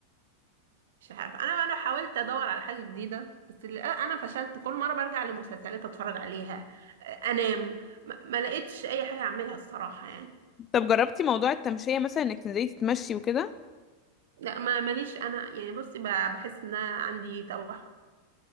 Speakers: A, on the right (about 60°); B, on the left (about 25°).
A: مش عارفه انا انا حاولت ادور على حاجه جديده بس ال- آه، انا فشلت كل مره برجع لمسلسلات اتفرج عليها آه، انام ما ما لقيتش اي حاجه اعملها الصراحه يعني
B: طب جربتي موضوع التمشيه مثلا انك تنزلي تتمشي وكده
A: لا ما ماليش انا يعني بصي ب- بحس ان انا عندي توحد